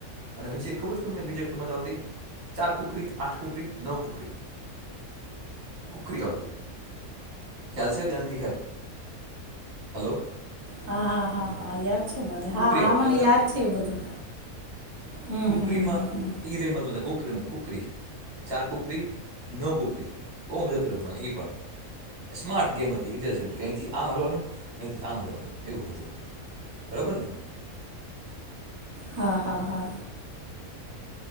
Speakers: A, on the right; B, on the right.
A: અને હજી એક ખબર તમને બીજા રમત આવતી. ચાર કુકરી, આઠ કુકરી, નવ કુકરી. કુકરી આવતી. ખ્યાલ છે, કે નથી ખ્યાલ. હલો!
B: હા હા હા હા યાદ મને, હાહા
A: કુકરી આવતી
B: મને
A: આવે
B: યાદ છે એ બધું, હમ
A: એ કુકરીમાં
B: હમ હમ
A: એ રમત રમતા કુકરી રમત કુકરી ચાર કુકરી, નવ કુકરી બહુ મજાથી રમવાની એ પણ. સ્માાર્ટ ગેમ હતી, ઇન્ટેલિજેન્ટ કે અહીંથી આમ હાલવાનું, અહીંથી આમ હલવાનું એવું હતું. બરાબરને?
B: હા હા હા.